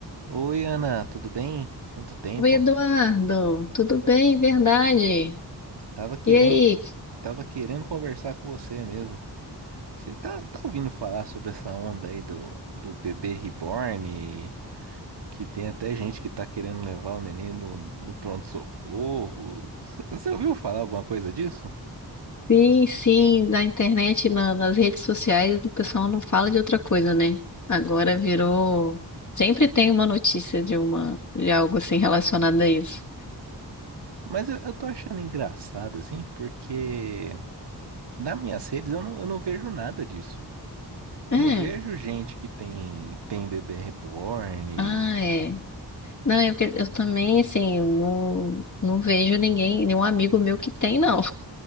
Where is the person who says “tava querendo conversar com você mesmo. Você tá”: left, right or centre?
Right